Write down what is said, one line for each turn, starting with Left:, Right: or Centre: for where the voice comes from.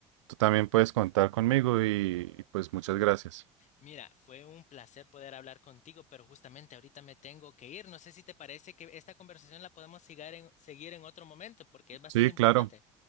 Right: tú también puedes contar conmigo y, y pues muchas gracias.
Left: Mira, fue un placer poder hablar contigo, pero justamente ahorita me tengo que ir. No sé si te parece que esta conversación la podemos sigar en- seguir en otro momento porque es bastante
Right: Sí,
Left: importante.
Right: claro,